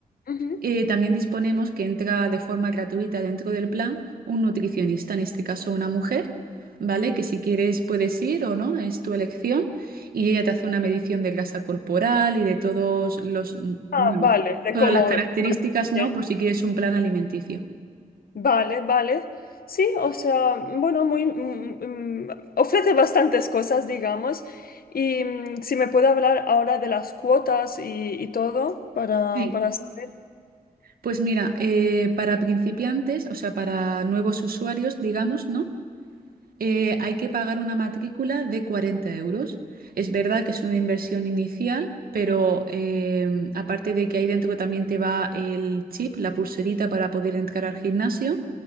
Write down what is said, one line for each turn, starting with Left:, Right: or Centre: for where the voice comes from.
Left: Ujú.
Right: eh, también disponemos que entra de forma gratuita dentro del plan un nutricionista, en este caso una mujer, ¿vale? Que si quieres puedes ir o no, es tu elección, y ella te hace una medición de grasa corporal y de todos los, mm,
Left: Ah,
Right: bueno,
Left: vale, de
Right: todas
Left: cómo...
Right: las características,
Left: estoy
Right: ¿no?
Left: bien.
Right: Por si quieres un plan alimenticio.
Left: Vale, vale. Sí, o sea, bueno, muy, mm, mm, ofrece bastantes cosas, digamos. Y mm, si me puede hablar ahora de las cuotas y, y todo para,
Right: Sí.
Left: para saber.
Right: Pues mira, eh, para principiantes, o sea, para nuevos usuarios, digamos, ¿no? eh, hay que pagar una matrícula de 40 euros. Es verdad que es una inversión inicial, pero eh, aparte de que ahí dentro también te va el chip, la pulserita para poder entrar al gimnasio,